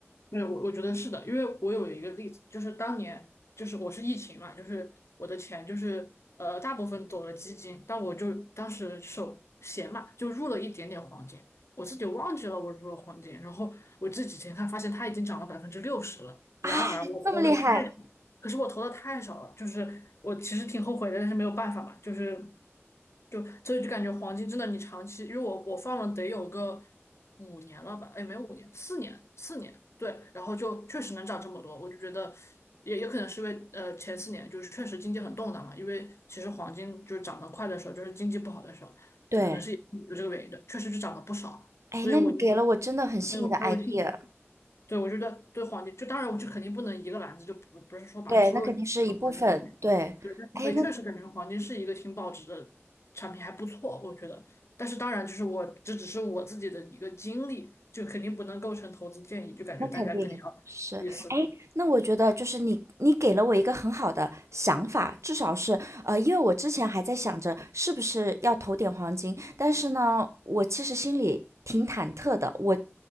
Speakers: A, on the left; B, on the right.
A: 没有，我我觉得是的，因为我有一个例子，就是当年就是我是疫情嘛，就是我的钱就是呃大部分走了基金，但我就当时手闲嘛，就入了一点点黄金，我自己忘记了我入了黄金，然后我这几天看发现它已经涨了百分之六十了，
B: 啊？
A: 然而我投的太
B: 这么厉害，
A: 可是我投的太少了，就是我其实挺后悔的，但是没有办法嘛，就是就所以就感觉黄金真的你长期，因为我我放了得有个五年了吧，哎，没有五年，四年，四年，对，然后就确实能涨这么多，我就觉得也也可能是因为呃前四年就是确实经济很动荡嘛，因为其实黄金就是涨得快的时候，就是经济不好的时候，
B: 对，
A: 这可能是有这个原因的，确实就涨了不少，
B: 哎，
A: 所以我就
B: 那你给了我真的很新颖的
A: 很有很有信心。
B: idea。
A: 对，我觉得对黄金，就当然我就肯定不能一个篮子，就不不是说把所有的放到黄金里面。
B: 对，那肯定是一部分。对，
A: 对，但是可以确实感觉黄金是一个挺保值的产品，
B: 哎，那
A: 还不错，我觉得。但是当然，就是我这只是我自己的一个经历，就肯定不能构成投资建议，就感觉大家肯定要自己思考。
B: 那肯定是，哎，那我觉得就是你，你给了我一个很好的想法，至少是，呃，因为我之前还在想着是不是要投点黄金，但是呢，我其实心里挺忐忑的，我